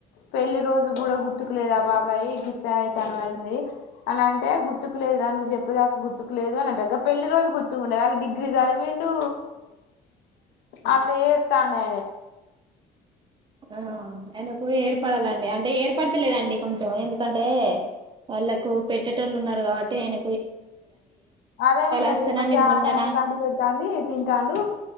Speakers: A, on the left; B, on the right.
A: పెళ్లి రోజు కూడా గుర్తుకులేద ఆ బాబాయి్ గీత్త తన అంది అని అంటే గుర్తుకులేదు రా నువ్వు చెప్పేదాక గుర్తుకులేదు అని అంటా పెళ్లి రోజు గుర్తుకు ఉండద ఆ డిగ్రీ చదివిండు అట్లా ఏతాండ్ ఆయన
B: ఆ అయనకు ఏర్పడాలండి అంటే ఏర్ పడతలేదండి కొంచెం ఎందుకంటే వాళ్ళలకు పెట్టేటోళ్ళు ఉన్నారు కాబట్టి ఆయన
A: అదే ఉన్నాది
B: వస్తానని
A: మంచిగా
B: మొన్ననా
A: ఆ టైం కండు పెడతంది తింటాఉండు